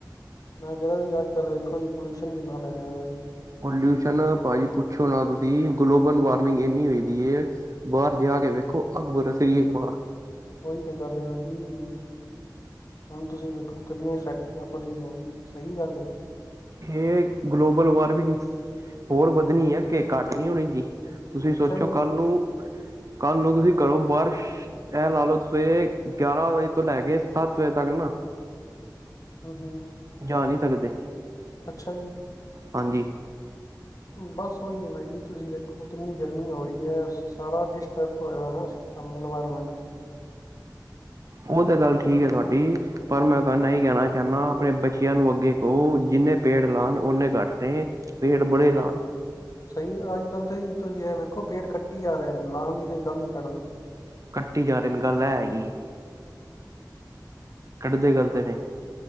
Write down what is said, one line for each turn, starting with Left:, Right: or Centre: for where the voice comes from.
Left: ਮੈਂ ਕਹਦਾ ਜੀ ਅੱਜ ਕੱਲ ਵੇਖੋ ਜੀ ਪੋਲਿਊਸ਼ਨ ਕਿੰਨਾ ਪੈ ਰਿਹਾ ਦਾ ਜੀ।
Right: ਪੋਲਿਊਸ਼ਨ ਭਾਜੀ ਪੁੱਛੋ ਨਾ ਤੁਸੀਂ, ਗਲੋਬਲ ਵਾਰਮਿੰਗ ਇੰਨੀ ਹੋਈ ਦੀ ਏ। ਬਾਹਰ ਜਾ ਕੇ ਵੇਖੋ, ਅਘ ਬਰਸ ਰਹੀ ਬਾਹਰ।
Left: ਉਹੀ ਤੇ ਗੱਲ ਆ ਨਾ ਕਿ, ਹੁਣ ਤੁਸੀਂ ਵੇਖੋ ਗਲੀਆਂ ਚ ਫੈਕਟ ਸਹੀ ਗੱਲ ਏ-
Right: ਹੇ ਗਲੋਬਲ ਵਾਰਰਮਿੰਗ ਹੋਰ ਵੱਧਣੀ ਹੈ ਅੱਗੇ ਘੱਟ ਨਹੀਂ ਹੋਣੀ ਜੀ, ਤੁਸੀਂ ਸੋਚੋ
Left: ਅੱਛਾ ਜੀ
Right: ਕੱਲ ਨੂੰ- ਕੱਲ ਨੂੰ ਤੁਸੀਂ ਘਰੋ ਬਾਰ, ਇਹ ਲਾ ਲਵੋ ਤੇ ਸਵੇਰੇ ਗਿਆਰਾਂ ਵਜੇ ਤੋਂ ਲੈ ਕੇ ਸੱਤ ਵਜੇ ਤੱਕ ਨਾ
Left: <inaudible> ਹੂੰ ਹੂੰ
Right: ਜਾ ਨਹੀ ਸਕਦੇ।
Left: ਅੱਛਾ ਜੀ
Right: ਹਾਂਜੀ
Left: ਬਸ ਉਹੀ ਹੈ ਨਾ ਜੀ ਤੁਸੀਂ ਵੇਖੋ, ਕਿੰਨੀ ਗਰਮੀ ਹੋ ਰਹੀ ਹੈ। ਸਾਰਾ ਡਿਸਟਰਬ ਹੋਏ ਦਾ ਨਾ ਸਿਸਟਮ ਇਨਵਾਇਰਮੈਂਟ
Right: ਉਹ ਤਾਂ ਗੱਲ ਠੀਕ ਹੈ ਤੁਹਾਡੀ ਪਰ ਮੈਂ ਤੁਹਾਨੂੰ ਹੀ ਕਹਿਣਾ ਚਾਹੁੰਦਾ, ਆਪਣੇ ਬੱਚਿਆਂ ਨੂੰ ਅੱਗੇ ਕਹੋ ਜਿੰਨੇ- ਪੇੜ ਲਾਨ ਉਹਨੇ ਘੱਟ ਨੇ, ਪੇੜ ਬੜੇ ਲਾਨ
Left: ਸਹੀ, ਅੱਜ ਕੱਲ ਤਾਂ ਤੁਸੀਂ ਆਹ ਵੇਖੋ ਪੇੜ ਕੱਟੀ ਜਾ ਰੇ, ਲਾਣ ਦੀ ਤੇ ਗੱਲ ਹੀ ਛੱਡ ਦੋ।
Right: ਕੱਟੀ ਜਾ ਰਹੇ ਨੇ, ਗੱਲ ਏ ਹੈਗੀ ਕੱਟਦੇ ਗੱਲਤ ਨੇ